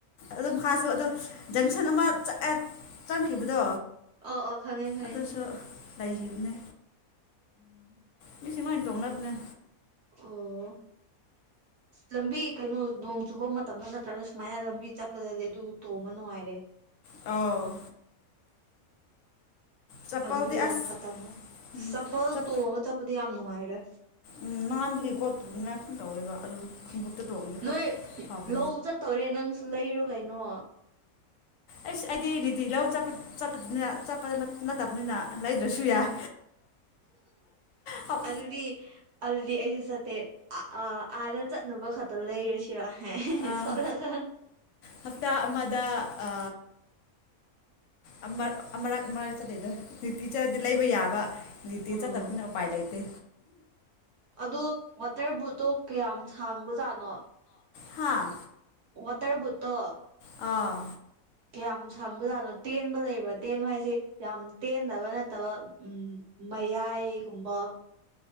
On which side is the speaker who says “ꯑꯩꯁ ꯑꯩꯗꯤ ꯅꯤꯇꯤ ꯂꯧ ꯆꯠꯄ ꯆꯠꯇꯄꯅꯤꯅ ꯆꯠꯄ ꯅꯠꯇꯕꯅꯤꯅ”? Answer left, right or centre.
Left